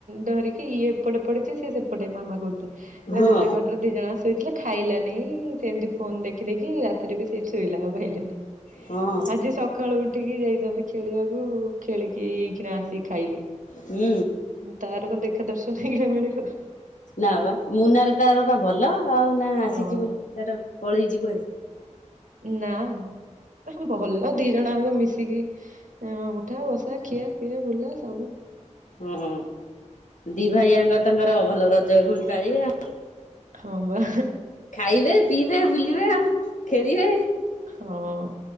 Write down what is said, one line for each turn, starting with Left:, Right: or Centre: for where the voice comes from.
Right: ଧରିକି ଇଏ ଏପଟେ ପଡିଛି ସିଏ ସେପଟେ ମାମା କହୁଥିଲା ହେଲା
Left: ହଁ
Right: ଗୋଟେ ଖ ଦି ଜଣ ଶୋଇଥିଲା ଖାଇଲାନି ସେମିତି ଫୋନ ଦେଖି ଦେଖି ରାତିରେ ବି ସେଠି ଶୋଇଲା ଆଉ ଆଇଲାନି।
Left: ହଁ।
Right: ଆଜି ସକାଳୁ ଉଠିକି ଯାଇଛନ୍ତି ଖେଳିବାକୁ ଖେଳିକି ଏଇଖିନା ଆସିିକି ଖାଇଲେ।
Left: ହୁଁ।
Right: ତାର କ ଦେଖା ଦର୍ଶନ ହେଇଗଲା ମିଳିବ।
Left: ନା ବା ମୁନା ର ତାର ବା ଭଲ ଆଉ ନା ଆସିଛି
Right: ହଁ।
Left: ବୋଲି ତାର ପଳେଇଛି କୁଆଡେ?
Right: ନାଁ ଭଲ ଦି ଜଣଯାକ ମିଶିକି ଉଠା ବସା ଖିଆ ପିଆ ବୁଲା ସବୁ।
Left: ଓ ହୋ ଦି ଭାଇଆଙ୍କ ତାଙ୍କର ଭଲ ରଜ ଘୁଣ୍ଟାଏ ଆଉ
Right: ହଁ ବା
Left: ଖାଇବେ ପିଇବେ ବୁଲିବେ ଆଉ ଖେଳିବେ
Right: ହଁ